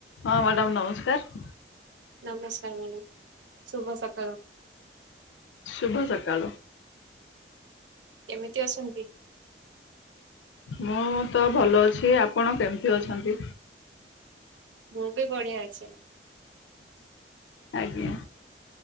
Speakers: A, on the left; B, on the right.
A: ହଁ ମ୍ୟାଡ଼ାମ ନମସ୍କାର।
B: ନମସ୍କାର ମ୍ୟା ଶୁଭ ସ
A: ଶୁଭ ସକାଳ।
B: କେମିତି ଅଛନ୍ତି?
A: ମୁଁ ତ ଭଲ ଅଛି ଆପଣ କେମିତି ଅଛନ୍ତି?
B: ମୁ ବି ବଢେ ଆଛ?
A: ଆଜ୍ଞା।